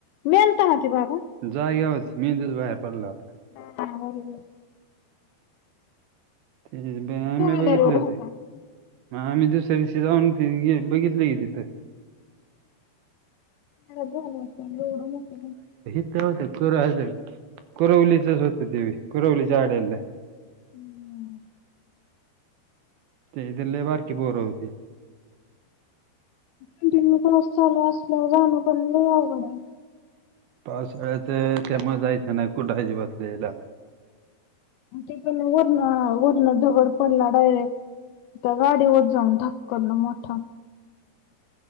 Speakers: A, on the left; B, on the right.
A: मेलता ना ते बाबा
B: जागेवर मेदूच बाहेर पडला होता.
A: हा बरोबर
B: ते एम
A: टू व्हीलर
B: ए बघितले
A: वर
B: होते.
A: होता
B: मग आम्ही दुसऱ्या दिवशी जाऊन बघितलं गे तिथं
A: खरं झालं असता लोड मोठ
B: ते होत कोरव कोरवलीचच होतं देवी कोरवलीच्या आड्याला
A: हम्म
B: त्याची तर लय बारकी पोर होती.
A: कंटिन्यूस चालू असल्या जाणं पण लयं अवगड
B: पावसाळ्याचं त्यामुळे जायचं नाही कुठं अजिबातलं याला
A: तेठीिक वरण वरणं दगड पडला डायरेक्ट त्या गाडीवरत जाऊन धक्क करण मोठा